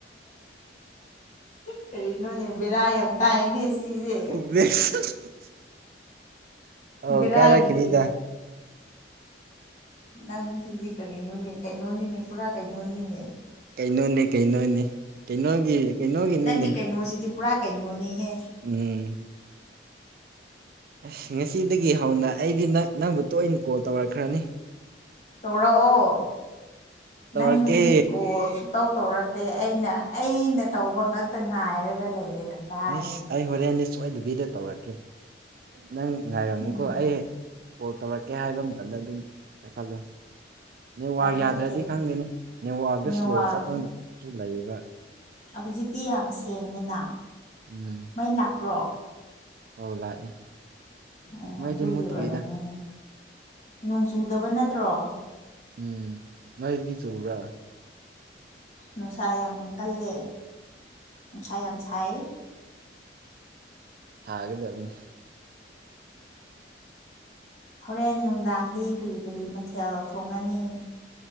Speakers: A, on the left (about 40°); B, on the right (about 55°).
A: ꯀꯔꯤꯅꯣꯅꯦ ꯕꯦꯔꯥ ꯌꯥꯝ ꯇꯥꯏꯅꯦ ꯁꯤꯁꯦ
B: <unintelligible> ꯑꯧ
A: ꯕꯦꯔꯥꯒꯤ
B: ꯀꯥꯔꯛꯈꯤꯅꯤꯗ
A: ꯅꯪ ꯁꯤꯗꯤ ꯀꯔꯤꯅꯣꯅꯦ ꯀꯩꯅꯣꯅꯤꯅꯦ ꯄꯨꯔꯥ ꯀꯩꯅꯣꯅꯤꯅꯦ
B: ꯀꯩꯅꯣꯅꯤ ꯀꯩꯅꯣꯅꯦ ꯀꯩꯅꯣꯒꯤ ꯀꯩꯅꯣꯒꯤꯅꯤꯅꯦ
A: ꯅꯪꯒꯤ ꯀꯩꯅꯣꯁꯤꯗꯤ ꯄꯨꯔꯥ ꯀꯩꯅꯣꯅꯤꯍꯦ
B: ꯎꯝ ꯑꯁ ꯉꯁꯤꯗꯒꯤ ꯍꯧꯅ ꯑꯩꯗꯤ ꯅꯪ ꯅꯪꯕꯨ ꯇꯣꯏꯅ ꯀꯣꯜ ꯇꯧꯔꯛꯈ꯭ꯔꯅꯤ
A: ꯇꯧꯔꯛꯑꯣ
B: ꯇꯧꯔꯛꯀꯦ
A: ꯅꯪꯗꯤ ꯀꯣꯜ ꯁꯨꯇꯧ ꯇꯧꯔꯛꯇꯦ ꯑꯩꯅ ꯑꯩꯅ ꯇꯧꯕ ꯉꯛꯇ ꯉꯥꯏꯔꯒ ꯂꯩꯔꯦ ꯀꯗꯥꯏꯗꯒꯤ
B: ꯑꯩꯁ ꯑꯩ ꯍꯣꯔꯦꯟꯗꯤ ꯁꯣꯏꯗꯕꯤꯗ ꯇꯧꯔꯛꯀꯦ ꯅꯪ ꯉꯥꯏꯔꯝꯃꯨꯀꯣ
A: ꯎꯝ
B: ꯑꯩ ꯀꯣꯜ ꯇꯧꯔꯛꯀꯦ ꯍꯥꯏꯕ ꯃꯇꯝꯗ ꯑꯗꯨꯝ ꯄꯥꯏꯈꯠꯂꯨ ꯅꯦꯠꯋꯥꯔꯛ
A: ꯄꯥꯏꯈꯠꯀꯦ
B: ꯌꯥꯗ꯭ꯔꯗꯤ ꯈꯪꯗꯦꯅꯦ ꯅꯦꯠꯋꯥꯥꯛꯇ
A: ꯅꯦꯠꯋꯥꯛ
B: ꯁ꯭ꯂꯣ ꯆꯠꯄꯁꯨ ꯂꯩꯕ
A: ꯍꯧꯖꯤꯛꯇꯤ ꯌꯥꯝ ꯁꯦꯡꯉꯦꯅ
B: ꯎꯝ
A: ꯃꯩ ꯂꯥꯛꯄ꯭ꯔꯣ
B: ꯑꯧ ꯂꯥꯛꯑꯦ
A: ꯑꯣ
B: ꯃꯩꯗꯤ
A: ꯑꯗꯨꯒꯤ
B: ꯃꯨꯠꯇ꯭ꯔꯤꯗ
A: ꯑꯣꯏꯔꯝꯒꯅꯤ ꯅꯣꯡ ꯆꯨꯗꯕ ꯅꯠꯇ꯭ꯔꯣ
B: ꯎꯝ ꯅꯣꯏꯗꯤ ꯆꯨꯕ꯭ꯔꯥ
A: ꯅꯨꯡꯁꯥ ꯌꯥꯝ ꯀꯜꯂꯦ ꯅꯨꯡꯁꯥ ꯌꯥꯝ ꯢꯍꯩꯢꯢꯢꯢꯢ
B: ꯍꯥꯏꯒꯗꯝꯅꯤ
A: ꯍꯣꯔꯦꯟ ꯅꯨꯡꯗꯥꯡꯗꯤ ꯀꯔꯤ ꯀꯔꯤ ꯃꯊꯦꯜ ꯊꯣꯡꯉꯅꯤ